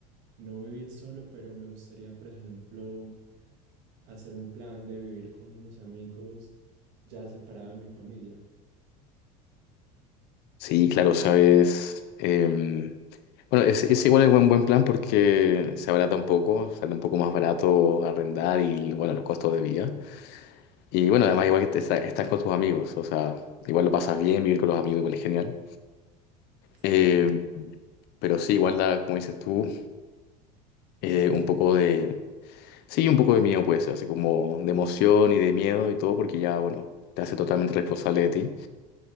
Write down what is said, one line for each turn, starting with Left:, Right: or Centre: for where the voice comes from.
Right: no vivir solo, pero me gustaría, por ejemplo, hacer un plan de vivir con unos amigos ya separado de mi familia.
Left: Sí, claro, sabes. em, bueno, es, es igual es buen, buen plan porque se abarata un poco, sale un poco más barato arrendar y bueno, los costos de vida. Y bueno, además igual que te- está- estás con tus amigos, o sea, igual lo pasas bien, vivir con los amigos igual es genial.
Right: Claro.
Left: Eh, pero sí, igual da, como dices tú, eh, un poco de, Sí, un poco de miedo puede ser, así como de emoción y de miedo y todo, porque ya, bueno, te hace totalmente responsable de ti.